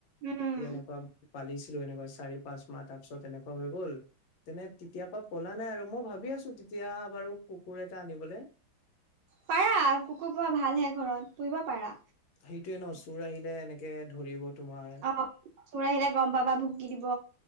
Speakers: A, on the right (about 70°); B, on the left (about 75°).
A: উম
B: এনেকুৱা পালিছিলো এনেকুৱা চাৰি পাঁচ মাহ তাৰ পিছত এনেকুৱা হৈ গ'ল তেনে তেতিয় পা কলা নাই আৰু, মই ভাবি আছো তেতিয়া বাৰু কুকুৰ এটা আনিবলৈ
A: পাৰা, কুকুৰ পুৰা ভাল হে ঘৰত পুহিব পাৰা।
B: সেইটোয়ে ন চুৰ আহিলে এনেকে ধৰিব। তোমাৰ
A: অ তোৰ আহিলে গম পাবা ভুকি দিব।